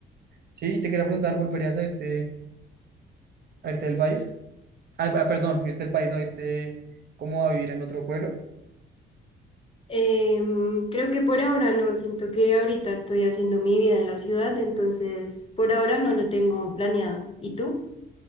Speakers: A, on the right; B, on the left.
A: sí, te quería preguntar, ¿volverías a irte, a irte del país? Ah, ah, perdón, irte del país, no, irte como a vivir en otro pueblo.
B: Em, creo que por ahora no, siento que ahorita estoy haciendo mi vida en la ciudad, entonces por ahora no lo tengo planeado. ¿Y tú?